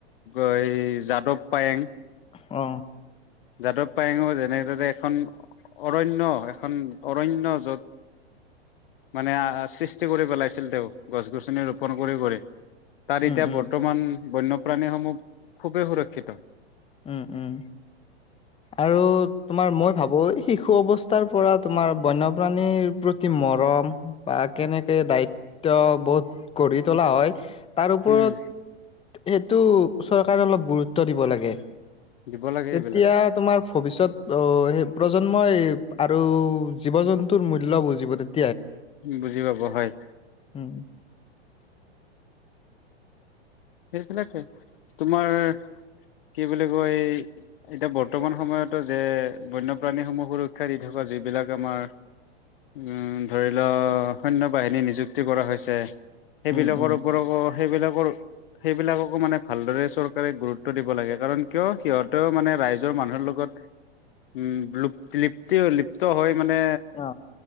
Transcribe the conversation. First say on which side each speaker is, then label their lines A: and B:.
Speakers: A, on the left; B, on the left.
A: এই যাদৱ পায়েং।
B: অ।
A: যাদৱ পায়েংও যেনেদৰে এখন অৰণ্য এখন অৰণ্য য'ত, মানে সৃষ্টি কৰি পেলাইছিল তেওঁ গছ গছনি ৰোপন কৰি কৰি। তাৰ
B: উম
A: এতিয়া
B: উম
A: বৰ্তমান বন্যপ্ৰাণীসমূহ খুবেই সুৰক্ষিত।
B: উম, উম। আৰু তোমাৰ মই ভাবো এই শিশু অৱস্থাৰ পৰা তোমাৰ বন্যপ্ৰাণীৰ প্ৰতি মৰম বা কেনেকে দায়িত্ব বোধ গঢ়ি তোলা হয়। তাৰ ওপৰত
A: উম
B: সেইটো চৰকাৰে অলপ গুৰুত্ব দিব লাগে।
A: দিব লাগে
B: তেতিয়া
A: এইবিলাক।
B: তোমাৰ ভৱিষ্যত ও সেই প্ৰজন্মই আৰু জীৱ জন্তুৰ মূল্য বুজিব তে
A: বুজি পাব হয়।
B: উম
A: <unintelligible> তোমাৰ কি বুলি কয়, এতিয়া বৰ্তমান সময়তো যে বন্যপ্ৰাণীসমূহ সুৰক্ষা দি থকা যিবিলাক আমাৰ, উম, ধৰি লওঁ সৈন্য বাহিনী নিযুক্তি কৰা হৈছে। সেইবিলাকৰ
B: উম উম উম
A: ওপৰকো সেইবিলাকৰ সেইবিলাকক মানে ভাল চৰকাৰে গুৰুত দিব লাগে কাৰণ কিয় সিহঁতেও মানে ৰাইজৰ মানুৰ লগত, উম, লুপ লিপ্তি লিপ্ত হয় মানে
B: অ